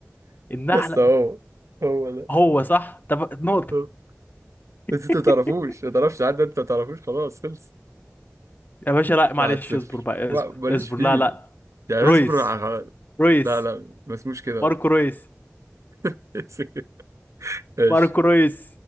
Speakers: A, on the left; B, on the right.
A: النحله
B: بس هو هو ده
A: هو صح طب نقطه
B: هو.
A: <laughs>
B: بس انت ما تعرفوش ما تعرفش عدى انت ما تعرفوش خلاص خلص
A: يا باشا لا معلش
B: واحد صفر
A: اصبر بقى
B: ما-
A: اصبر
B: ماليش
A: اصبر
B: فيه
A: لا لا
B: يعني
A: رويس
B: اصبر على-
A: رويس
B: لا لا ما اسموش كده
A: ماركو
B: لا
A: رويس
B: <laughs> ماشي
A: ماركو رويس